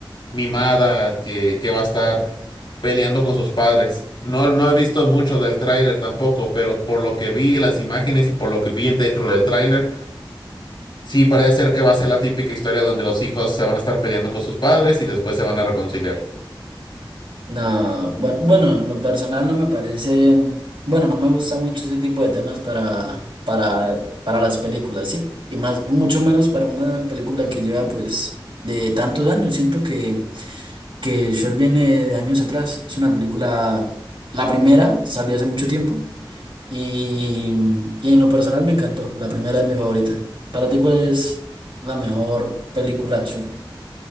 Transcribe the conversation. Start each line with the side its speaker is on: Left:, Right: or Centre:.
Left: mimada que, que va a estar peleando con sus padres. No, no he visto mucho del tráiler tampoco, pero por lo que vi en las imágenes y por lo que vi dentro del tráiler, sí parece ser que va a ser la típica historia donde los hijos se van a estar peleando con sus padres y después se van a reconciliar.
Right: No, bueno, bueno, en lo personal no me parece, bueno, no me gusta mucho ese tipo de temas para, para, para las películas, ¿sí? Y más, y mucho menos para una película que lleva pues de tantos años. Siento que, que Shrek viene de años atrás. Es una película, la primera salió hace mucho tiempo y, y en lo personal me encantó. La primera es mi favorita. ¿Para ti cuál es la mejor película de Shrek? <laughs>